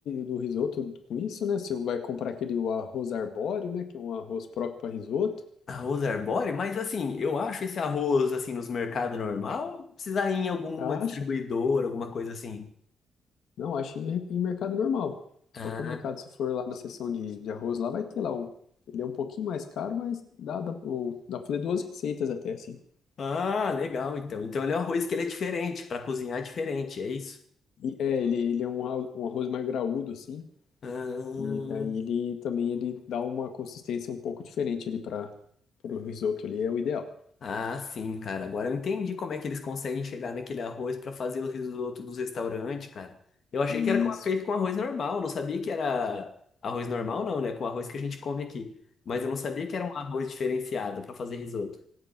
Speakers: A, on the left; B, on the left.
A: do risoto com isso, né? Você vai comprar aquele o arroz arbóreo, né? Que é um arroz próprio para risoto.
B: Arroz arbóreo? Mas assim, eu acho esse arroz, assim, nos mercados normal, ou precisa ir em alguma
A: Acha?
B: distribuidora, alguma coisa assim.
A: Não, acho em, em mercado normal.
B: Ah,
A: Qualquer mercado, se for lá na seção de, de arroz, lá vai ter lá um. Ele é um pouquinho mais caro, mas dá, dá, ou- dá pra fazer duas receitas até, assim.
B: ah, legal, então. Então ele é um arroz que ele é diferente, para cozinhar é diferente, é isso?
A: E é, ele, ele é um, arro- um arroz mais graúdo, assim.
B: Ah,
A: E daí ele também ele dá uma consistência um pouco diferente ali para o risoto ali, é o ideal.
B: ah, sim, cara. Agora eu entendi como é que eles conseguem chegar naquele arroz para fazer o risoto dos restaurantes, cara. Eu achei
A: Isso.
B: que era com- feito com arroz normal, não sabia que era arroz normal, não, né? Com o arroz que a gente come aqui. Mas eu não sabia que era um arroz diferenciado para fazer risoto.